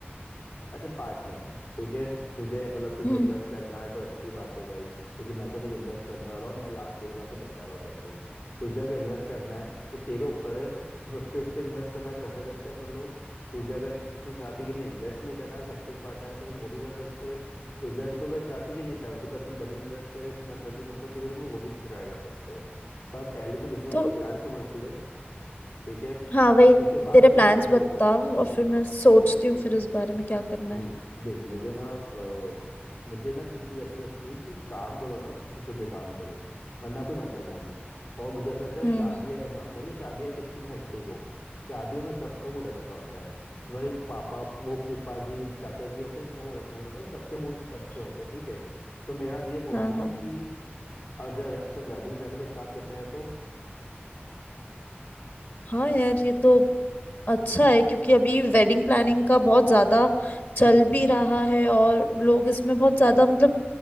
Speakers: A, on the left; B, on the left.
A: एज ए पार्टनर ठीक है तुझे मतलब तुझे
B: हम्म
A: इन्वेस्ट करना है तो अच्छी बात है भाई क्योंकि मैं तो देख इन्वेस्ट करने वाला हूँ मैं लास्ट दो साल से बचा रहा हूँ पैसे तुझे अगर इन्वेस्ट करना है तो तेरे ऊपर है फिफ्टी फिफ्टी इन्वेस्ट करना है तो वैसा करते हैं अपन लोग तुझे अगर तू चाहती कि नहीं इन्वेस्ट नहीं करना है बस एक्टिव पार्टनर है तो अपन वो भी कर सकते हैं तुझे अगर- तू अगर चाहती कि नहीं सेवेंटी परसेंट बनी इन्वेस्ट करे मैं थर्टी परसेंट करूँ मैं वो भी ट्राई कर सकते हैं पर पहले तो बिजनेस
B: तो
A: प्लान समझ ले ठीक है
B: हाँ वही
A: उसके बाद
B: तेरे प्लान्स
A: तो एक बार सोच
B: बता
A: लेना
B: और फिर मैं
A: हाँ
B: सोचती हूँ फिर इस बारे में क्या करना
A: हम्म
B: है
A: देख मुझे ना अ, मुझे ना कुछ चीज़ ऐसी लगती है कि काम करो ना तो खुश होके काम करो वरना कोई मतलब है नहीं और मुझे ऐसा लगता है
B: हम्म
A: शादियां है ना भले ही शादियां कितनी भी हेक्टिक हो शादियों में सबका मूड अच्छा होता है तो भले ही पापा वो फूफा जी चाचा जी होते हैं जिनका मूड अच्छा नहीं होता तो सबके मूड अच्छे होते हैं ठीक है तो मेरा ये बोलना
B: हाँ
A: है
B: हाँ
A: कि अगर ऐसा वेडिंग प्लान पर स्टार्ट करते हैं तो
B: हाँ यार ये तो अच्छा है क्योंकि अभी वेडिंग प्लानिंग का बहुत ज्यादा चल भी रहा है और लोग इसमें बहुत ज्यादा मतलब